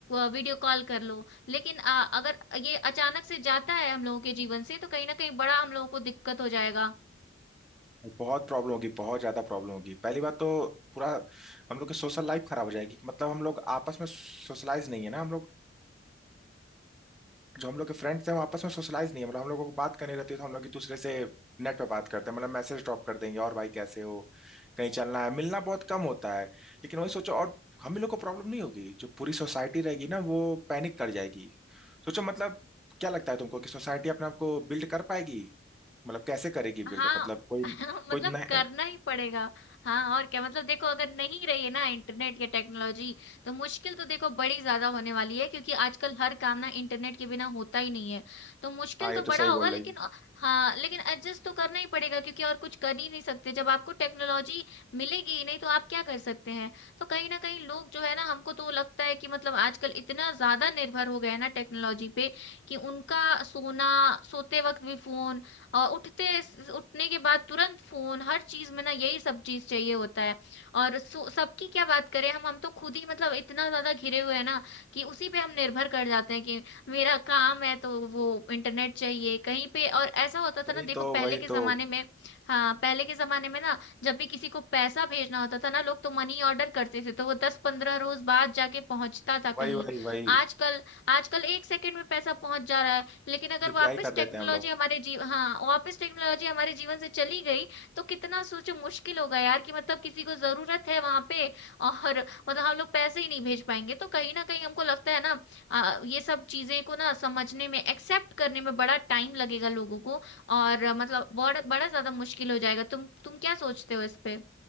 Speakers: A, on the left (about 60°); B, in the centre.
A: वीडियो कॉल कर लो लेकिन अ, अगर ये अचानक से जाता है हम लोगों के जीवन से तो कहीं ना कहीं बड़ा हम लोगों को दिक्कत हो जाएगा
B: बहुत प्रॉब्लम होगी बहुत ज्यादा प्रॉब्लम होगी पहली बात तो पूरा हम लोग की सोशल लाइफ खराब हो जाएगी कि मतलब हम लोग आपस में सोशलाइज नहीं है ना हम लोग जो हम लोग के फ्रेंड थे वो आपस में सोशलाइज नहीं है मतलब हम लोगों को बात करनी रहती है तो हम लोग एक दूसरे से नेट पे बात करते हैं मतलब मैसेज ड्रॉप कर देंगे और भाई कैसे हो कहीं चलना है मिलना बहुत कम होता है लेकिन वही सोचो और हम ही लोग को प्रॉब्लम नहीं होगी जो पूरी सोसाइटी रहेगी ना वो पैनिक कर जाएगी सोचो मतलब क्या लगता है तुमको कि सोसाइटी अपने आप को बिल्ड कर पाएगी मतलब कैसे करेगी
A: हाँ
B: बिल्ड मतलब कोई
A: <laughs>
B: कोई
A: मतलब
B: नया
A: करना ही पड़ेगा हाँ और क्या मतलब देखो अगर नहीं रही है ना इंटरनेट या टेक्नोलॉजी तो मुश्किल तो देखो बड़ी ज्यादा होने वाली है क्योंकि आजकल हर काम ना इंटरनेट के बिना होता ही नहीं है तो मुश्किल
B: हाँ ये
A: तो
B: तो
A: बड़ा
B: सही
A: होगा
B: बोल
A: लेकिन
B: रही हूँ
A: अ, हाँ लेकिन एडजस्ट तो करना ही पड़ेगा क्योंकि और कुछ कर ही नहीं सकते जब आपको टेक्नोलॉजी मिलेगी ही नहीं तो आप क्या कर सकते हैं तो कहीं ना कहीं लोग जो है ना हमको तो लगता है कि मतलब आजकल इतना ज्यादा निर्भर हो गए हैं ना टेक्नोलॉजी पे कि उनका सोना सोते वक्त भी फोन और उठते उठने के बाद तुरंत फोन हर चीज में ना यही सब चीज चाहिए होता है और सो- सबकी क्या बात करें हम हम तो खुद ही मतलब इतना ज्यादा घिरे हुए हैं ना कि उसी पे हम निर्भर कर जाते हैं कि मेरा काम है तो वो इंटरनेट चाहिए कहीं पे और ऐसा होता था
B: वही
A: ना देखो
B: तो
A: पहले
B: वही
A: के
B: तो
A: जमाने में हाँ पहले के जमाने में ना जब भी किसी को पैसा भेजना होता था ना लोग तो मनी ऑर्डर करते थे तो वो दस पंद्रह रोज बाद जाके पहुंचता था कहीं
B: वही वही वही
A: आजकल आजकल एक सेकंड में पैसा पहुंच जा रहा है लेकिन अगर
B: यूपीआई
A: वापस
B: कर
A: टेक्नोलॉजी
B: देते हैं हम लोग
A: हमारे जीव हाँ वापस टेक्नोलॉजी हमारे जीवन से चली गई तो कितना सोचो मुश्किल होगा यार कि मतलब किसी को जरूरत है वहां पे और मतलब हम लोग पैसे ही नहीं भेज पाएंगे तो कहीं ना कहीं हमको लगता है ना आ, ये सब चीजें को ना समझने में एक्सेप्ट करने में बड़ा टाइम लगेगा लोगों को और आ, मतलब बड़ा बड़ा ज्यादा मुश्किल हो जाएगा तुम तुम क्या सोचते हो इस पे